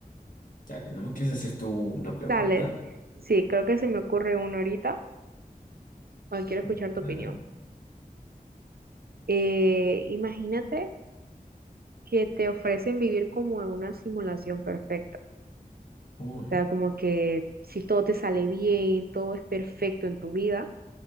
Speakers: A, on the left; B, on the right.
A: Dale, ¿no me quieres hacer tú una pregunta?
B: Dale, sí, creo que se me ocurre uno ahorita, cuando quiero escuchar
A: Mm,
B: tu
A: ¿Nada?
B: opinión. Eh, imagínate que te ofrecen vivir como en una simulación perfecta, o
A: Uy.
B: sea, como que si todo te sale bien, todo es perfecto en tu vida,